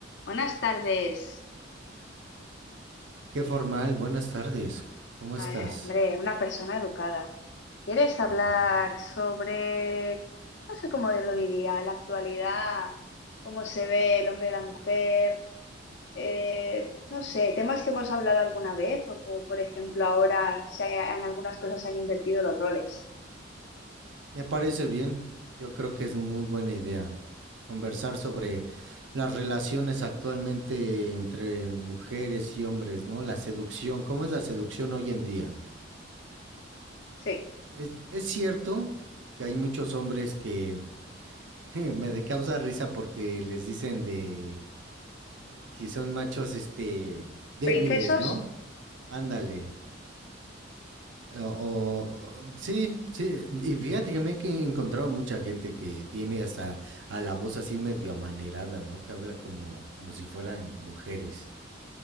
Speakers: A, on the left; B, on the right.
A: Buenas tardes.
B: Qué formal, buenas tardes. ¿Cómo
A: Ay,
B: estás?
A: hombre, una persona educada. ¿Quieres hablar
B: Ujú.
A: sobre, no sé cómo lo diría, la actualidad, cómo se ve el hombre y la mujer? Eh, no sé, temas que hemos hablado alguna vez o como por ejemplo ahora se ha- en algunas cosas se han invertido los roles.
B: Me parece bien. Yo creo que es muy buena idea conversar sobre las relaciones actualmente entre mujeres y hombres, ¿no? La seducción, ¿cómo es la seducción hoy en día?
A: Sí.
B: Es, es cierto que hay muchos hombres que <laughs> me de- causa risa porque les dicen de que son machos, este, débiles,
A: ¿Princesos?
B: ¿no? Ándale. O, o- sí, sí. Y fíjate que me he que- encontrado mucha gente que tiene hasta a la voz así medio amanerada, ¿no? Que habla como, como si fueran mujeres.